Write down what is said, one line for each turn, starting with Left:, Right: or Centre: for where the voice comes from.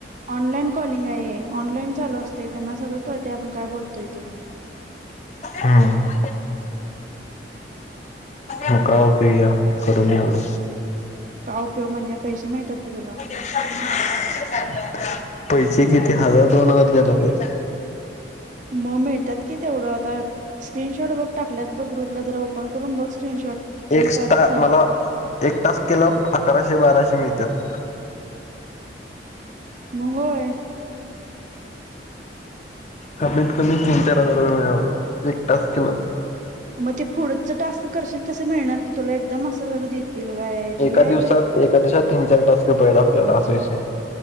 Right: ऑनलाईन कॉलिंग आहे हे. ऑनलाईन चालू असते. त्यांना सगळं कळते. आपण काय बोलतोय ते.
Left: हम्म. मग काय उपयोग घ्या करून एवढं.
Right: काय उपयोग म्हणजे, पैसे मिळत्यात की तुला.
Left: <inaudible> <unintelligible> पैसे किती हजार, दोन हजार द्यायला पाहिजे.
Right: मग मिळतात कि तेवढं आता स्क्रीनशॉट बघ टाकल्यात बघ ग्रुपला, जरा ओपन करून बघ स्क्रीनशॉट.
Left: एक
Right: एकाच
Left: टास्क मला एक टास्क केल्यावर, मला अकराशे बाराशे मिळत्यात.
Right: मग होय.
Left: कमीत कमी तीन चार हजार रुपये मिळाय पाहिजे. एक टास्क केल्यावर.
Right: मग ते पुढंच टास्क करशील तसं मिळणार की तुला. एकदम असं बरं देतील. तिथ काय ते
Left: एका
Right: हे हाय
Left: दिवसात,
Right: व्हय.
Left: एका दिवसात तीन चार टास्क पाहिजे आपल्याला, असा विषय